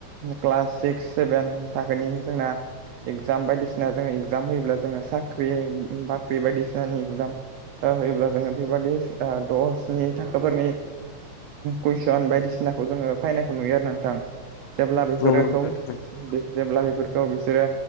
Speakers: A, on the right (about 75°); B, on the left (about 80°).
A: क्लास सिक्स सेभेन थाखोनि जोंना इगजाम बायदिसिना जोङो इगजाम होयोब्ला जोङो साख्रि बाख्रि बायदिस फेनिग एगजाम होयोब्ला जोङो बेफोरबादि द'सनि थाखोफोरनि कुइसन बायदिसिना जो फायनायखौ नुयो आरो नोंथां जेब्ला बेफोरो
B: नंगौ नोंथां
A: गावस
B: थारैनो
A: बेफोरखौ बिसोरो